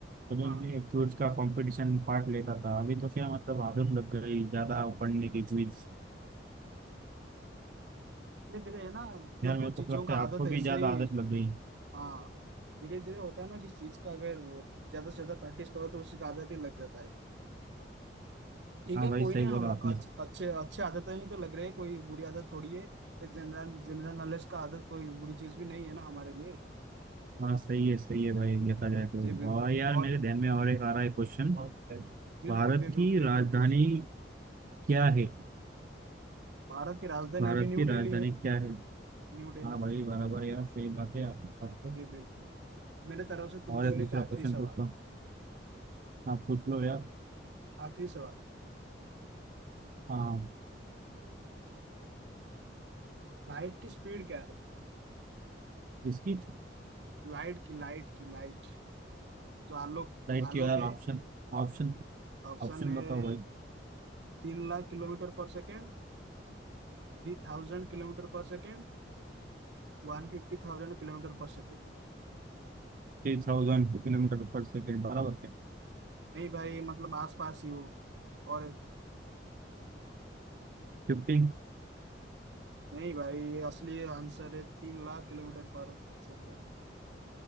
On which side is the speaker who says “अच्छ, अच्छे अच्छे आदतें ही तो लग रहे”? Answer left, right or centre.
Right